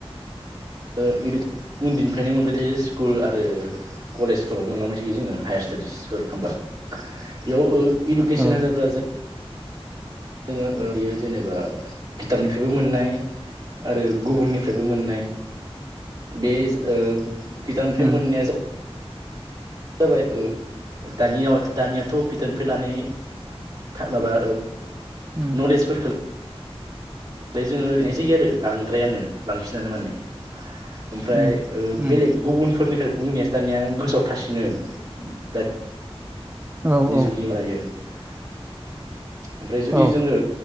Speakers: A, on the right; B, on the right.
A: उन्दैनिफ्रायनो मोनबाय थायो स्कुल आरो कलेजफोराव मोनलांबाय थायो जोङो हायार स्टाडिसफोर खालामोमबा बेयाव इडुकेसन
B: औ
A: होनोब्ला जों जोङो बियो जेनेबा खिथाबनिफ्रायबो मोननाय आरो गुबुननिफ्रायबो मोननाय बे गिटनिफ्राय
B: उम
A: मोननाया ज जाबाय दानियाव दानियाथ' गोदोनफैनानै माबा
B: उम
A: नलेजफोरखौ ओमफ्राय जोङो ओरैनो जायो आरो बांद्रायानो बांसिनानो माने ओमफ्राय
B: उम उम
A: बेलेग गुबुनफोरनिफ्राय बुंनाययासो दानिया गोजोआव थासिनो द
B: औ
A: निसनिमायो
B: औ
A: ओमफ्राय जुदि
B: औ
A: जोङो